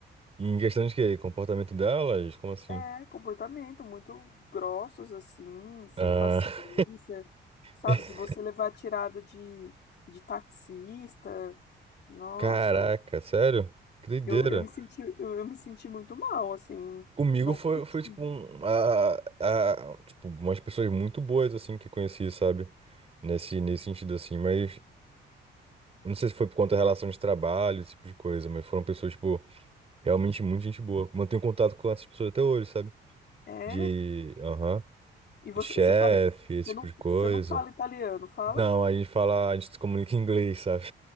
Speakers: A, on the right; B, on the left.
A: Em questão de quê? Comportamento delas? Como assim?
B: É, comportamento muito grossos, assim, sem
A: Ah,
B: paciência, sabe?
A: <laughs>
B: De você levar tirada de, de taxista. Nossa,
A: caraca, sério? Que doideira.
B: eu, eu me senti, eu, eu me senti muito mal, assim,
A: Comigo
B: não
A: foi,
B: curti.
A: foi tipo, um, a, a, tipo, umas pessoas muito boas, assim, que eu conheci, sabe? Nesse, nesse sentido, assim, mas não sei se foi por conta da relação de trabalho, esse tipo de coisa, mas foram pessoas, tipo. Realmente muito gente boa. Mantenho contato com essas pessoas até hoje, sabe?
B: É?
A: De, aham,
B: E você,
A: de chefe,
B: você fala, você
A: esse tipo
B: não,
A: de coisa.
B: você não fala italiano, fala
A: Não, a gente fala, a gente se comunica em inglês, sabe?